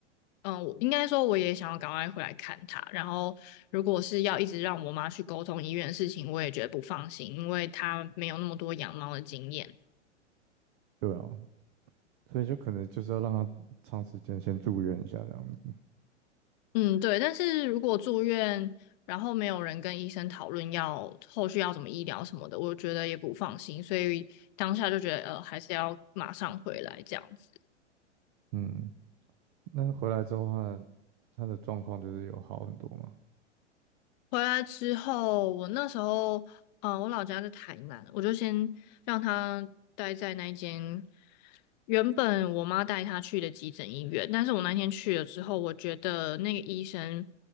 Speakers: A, on the left; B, on the right.
A: 嗯、我应该说我也想要赶快回来看他，然后如果是要一直让我妈去沟通医院的事情，我也觉得不放心，因为她没有那么多养猫的经验。
B: 对啊，所以就可能就是要让他长时间先住院一下这样子。
A: 嗯，对，但是如果住院，然后没有人跟医生讨论要后续要怎么医疗什么的，我觉得也不放心，所以当下就觉得呃，还是要马上回来这样子。
B: 嗯，那回来之后他的他的状况就是有好很多嘛，
A: 回来之后，我那时候，嗯、呃我老家在台南，我就先让他待在那一间原本我妈带他去的急诊医院，但是我那天去了之后，我觉得那个医生